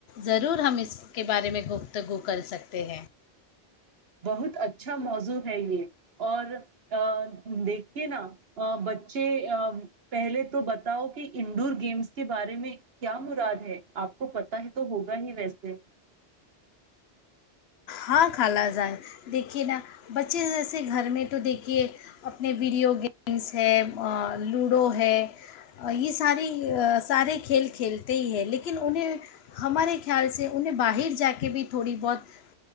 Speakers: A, on the left (about 70°); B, on the right (about 65°).
A: ضرور ہم اس کے بارے میں گفتگو کر سکتے ہیں
B: بہت اچھا موضوع ہے یہ اور ا دیکھیے نا بچے ا پہلے تو بتاؤ کہ انڈور گیمس کے بارے میں کیا مراد ہے آپ کو پتا ہی تو ہوگا ہی ویسے
A: ہاں کھا جائے دیکھیے نا بچے جیسے گھر میں تو دیکھ کہ اپنے ویڈیو گیمس ہے لوڈو ہے یہ ساری سارے کھیل کھیلتے ہی ہیں لیکن انہیں ہمارے خیال سے انہیں باہر جا کے بھی تھوڑی بہت